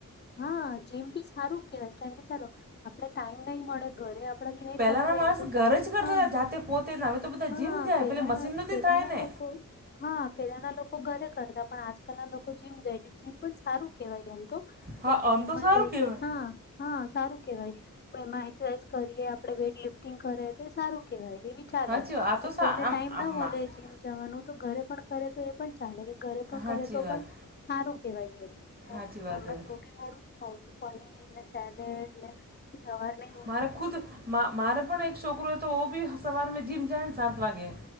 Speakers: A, on the left; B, on the right.
A: હા જીમ બી સારું કેવાય કેમ કે ચાલો આપડે ટાઈમ નહી મળે ઘરે પડા થી નહી
B: પહેલાંના
A: થતું હોય
B: માણસ
A: એ તો
B: ઘરે
A: જીમ
B: જ કરતા
A: હ
B: હતા જાતે પોતે જ હવે તો બધા
A: હા
B: જીમ જાય
A: પેલાના
B: પેલે મશીન નથી
A: પેલાના
B: થાય ને
A: લોકો હા પેલાના લોકો ઘરે કરતા પણ આજકાલ ના લોકો જીમ જાય છે જીમ પણ સારું કહેવાય. એમ તો
B: હા
A: કે
B: આમ
A: જીમમાં
B: તો સારું
A: જઈએ
B: કહેવાય
A: હા હા સારું કેવાય એમાં એક્સરસાઇઝ કરીએ આપડે વેઇટ લિફ્ટિંગ કરે તો સારું કેહેવાય એવી ચાલે
B: હાચી વાત. આ
A: તો
B: સા
A: કોઈને
B: આમ
A: ટાઈમ
B: આમાં
A: ના મલે જીમ જવાનું તો ઘરે પણ કરે તો એ પણ ચાલે કે ઘરે પણ
B: હાચી
A: કરે તો
B: વાત
A: પણ સારું કેવાય એ મેં
B: હાચી
A: તો જો
B: વાત
A: હમણ
B: હે
A: રૂટિન વાળું જ ખાવઉ છું પનીર ને સેલેડ ને જવાર ની
B: મારે ખુદ માં મારે પણ એક છોકરો હતો હો બી સવાર મેં જીમ જાય ને સાત વાગે